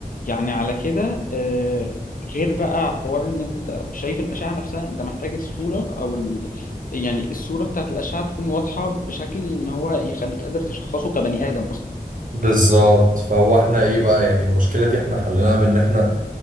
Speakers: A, on the left; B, on the right.
A: يعني على كده آه، غير بقى حوار ان انت شايف الاشعه نفسها انت محتاج الصوره او ال... يعني الصوره بتاعت الاشعه تكون واضحه بشكل ان هو يخليك قادر تشخصه كبني ادم اصلا
B: بالظبط فهو احنا ايه بقى يعني المشكلة دي احنا حليناها بان احنا